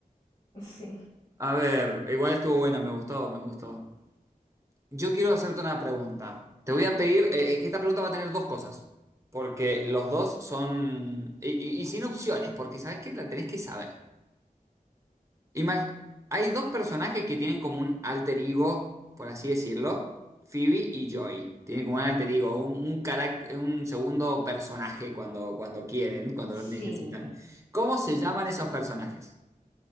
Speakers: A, on the left (about 40°); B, on the right (about 20°).
A: Sí.
B: A ver, igual estuvo buena, me gustó, me gustó. Yo quiero hacerte una pregunta. Te voy a pedir, eh, que esta pregunta va a tener dos cosas. Porque los dos son... Y, y- y sin opciones, porque sabes que la tenés que saber. Imag- Hay dos personajes que tienen como un alter ego, por así decirlo, Phoebe y Joy. Tienen como un alter ego, un, un caract- un segundo personaje cuando, cuando quieren, cuando
A: Sí,
B: lo necesitan. ¿Cómo
A: sí,
B: se llaman
A: sí,
B: esos
A: sí.
B: personajes?